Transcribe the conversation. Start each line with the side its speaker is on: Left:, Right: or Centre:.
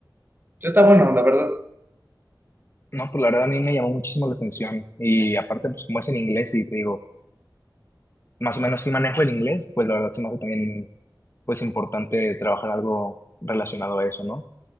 Right: Entonces, está bueno, la verdad.
Left: no, pues la verdad a mí me llamó muchísimo la atención y aparte pues como es en inglés y te digo, más o menos sí manejo el inglés, pues la verdad se me hace también pues importante trabajar algo relacionado a eso, ¿no?